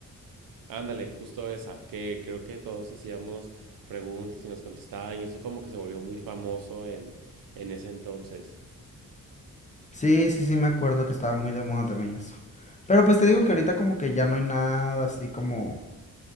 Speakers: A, on the right (about 75°); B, on the left (about 20°).
A: Ándale, justo esa, que creo que todos hacíamos preguntas y nos contestaban y eso como que se volvió muy famoso en, en ese entonces.
B: Sí, sí, sí, me acuerdo que estaba muy de moda también eso. Pero pues te digo que ahorita como que ya no hay nada así como...